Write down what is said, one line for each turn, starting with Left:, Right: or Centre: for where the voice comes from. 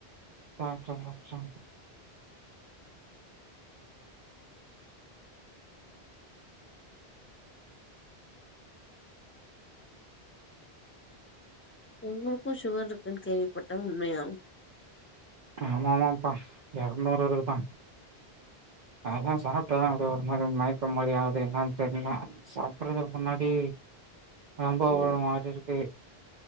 Right: சாப்ட சாப்ட
Left: உங்களுக்கு சுகர் இருக்குன்னு கேள்விப்பட்ட உண்மையா
Right: ஆமா ஆமாப்பா எரநூறு இருக்குதா அதா சாப்ட்ட அப்டே ஒரு மாரி மயக்க மாரி ஆகுது என்னானு தெரில சாப்பறதுக்கு முன்னாடி ரொம்ப
Left: ஓ
Right: ஒரு மாறி இருக்கு